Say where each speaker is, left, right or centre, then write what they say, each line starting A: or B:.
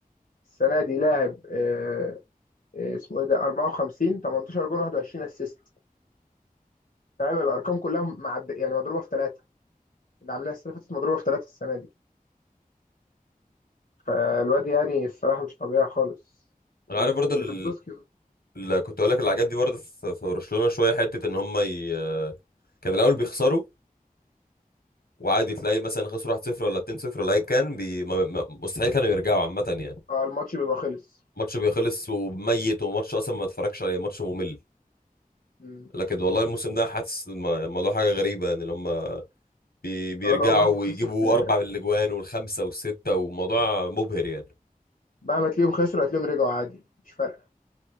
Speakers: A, on the left (about 60°); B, on the left (about 85°).
A: السنه دي لاعب آه آه، اسمه ايه ده 54 18 جون 21 اسيست فاهم الارقام كلها معد يعني مضروبه في ثلاثه اللي عاملاها السنه اللي فاتت مضروبه في ثلاثه السنه دي فالواد يعني الصراحه مش طبيعي خالص ول-
B: انا عارف برضه
A: وليفاندوسكي
B: ال- اللي كنت اقول لك اللي عجبني برضه في في برشلونه شويه حته ان هم ي... كان الاول بيخسروا وعادي تلاقي مثلا خسروا 1-0 ولا 2-0 ولا ايا كان بي... ما... ما... مستحيل كانوا يرجعوا عامه يعني
A: اه الماتش بيبقى خلص
B: ماتش بيخلص وميت وماتش اصلا ما اتفرجش عليه ماتش ممل
A: مم.
B: لكن والله الموسم ده حاسس الم- الموضوع حاجه غريبه يعني لما بي- بيرجعوا
A: اه لو مهما
B: ويجيبوا
A: خسر هيرجع
B: اربع من الاجوان والخمسه والسته وموضوع مبهر يعني
A: مهما تلاقيهم خسروا هتلاقيهم رجعوا عادي مش فارقه